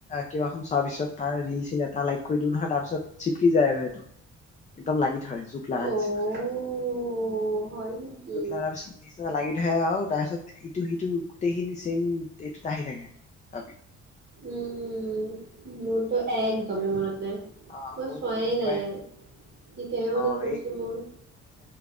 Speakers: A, on the left; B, on the right.
A: কেবাখন চোৱাৰ পিছত তাৰ ৰিল চিল এটা লাইক কৰি দিওঁ নহয় তাৰপিছত চিপকি যায় আৰুটো একদম লাগি। ধৰে জোক লগা
B: অ'
A: নিচিনা।
B: হয় নেকি?
A: জোক লগাৰ পিছত নিচিনা লাগি ধৰে আৰু তাৰপিছত সিটো সেইটো গোটেইখিনি চেইম এইটো ত আহি থাকে। তাবি
B: উম মোৰ। তো একদমেই
A: মানে এফ আই ডি
B: মনত নাই মই
A: অ মোৰ
B: চোৱাই
A: কিন্তু এফাই
B: নাই। এতিয়াহে মনত
A: অ
B: পৰিছে
A: এই
B: মোৰ।